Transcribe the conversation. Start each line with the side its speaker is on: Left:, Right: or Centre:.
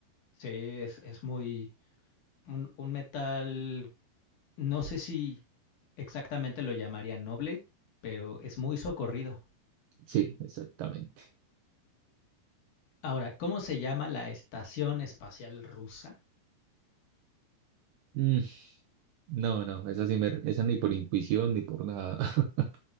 Left: Sí, es, es muy... Un, un metal, no sé si exactamente lo llamaría noble, pero es muy socorrido.
Right: Sí, exactamente.
Left: Ahora, ¿cómo se llama la Estación Espacial Rusa?
Right: Mm, no, no, esa sí me, esa ni por intuición ni por nada. <laughs>